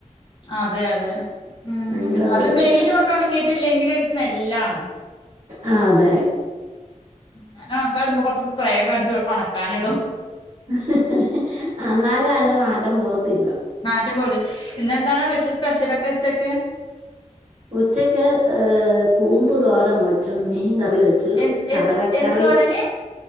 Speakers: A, on the left; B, on the right.
A: അതെ അതെ ഉം
B: ഭയങ്കര ബുദ്ധിമുട്ടാ
A: അതും വെയില് കൊണ്ട് ഉണങ്ങിയിട്ടില്ലെങ്കിൽ ഒരു സ്മെല്ലാണ്
B: ആ അതെ.
A: ഞാനൊണകാടുമ്പോ കൊറച്ച് സ്പ്രേക്കെ അടിച്ചു ഉണക്കാനിടും.
B: ഹ് ഹ് ഹ് അന്നാലും അതിന്റെ നാറ്റം പോകത്തില്ല.
A: നാറ്റം പോലേ <unintelligible> ഇന്നെന്താണ് വീട്ടില് സ്പെഷ്യലൊക്കെ ഉച്ചക്ക്.
B: ഉച്ചക്ക് ് കൂമ്പ്തോര മ ച മീൻ കറി വെച്ചു
A: എ
B: കടലക്കറി
A: എ എന്ത് തോരന്